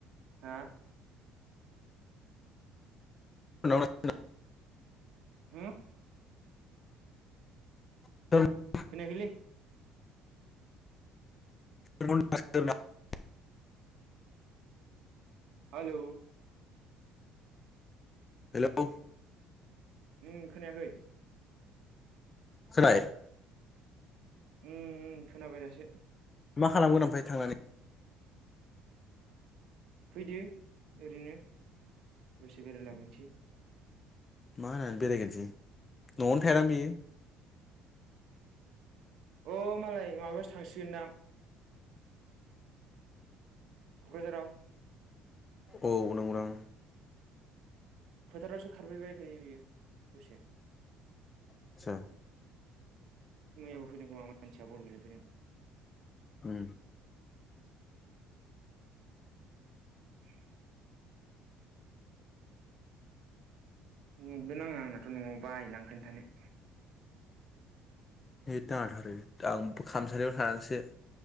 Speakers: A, on the right; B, on the left.
A: हा?
B: <unintelligible>
A: होम।
B: <unintelligible>
A: खोनायाखैलै।
B: <unintelligible>
A: हेलौ।
B: हेल'।
A: उम खोनायाखै।
B: खोनाबाय।
A: उम उम खोनाबाय दासो।
B: मा खालामगोन ओमफ्राय थांनानै।
A: फैदो ओरैनो दसे बेरायलाबायनोसै।
B: मा होननानै बेरायगोनोसै न'आवनो थायाना बियो।
A: अ मालाय माबायावसो थांसिगोनदां। क'क्राझाराव।
B: औ नंगौ नोंथां।
A: फोथारावसो खारफैबाय थायो बियो दसे।
B: आतसा।
A: मैयाबो फैदों खोमा मानसिया बल गेलेफैदों।
B: उम।
A: <inaudible> नेटबो नाङा आंनाथ' न'आव बायोलां ओंखायनो थानो।
B: नेट नाङाथ' आरो आंबो खामसालायाव थानानैसो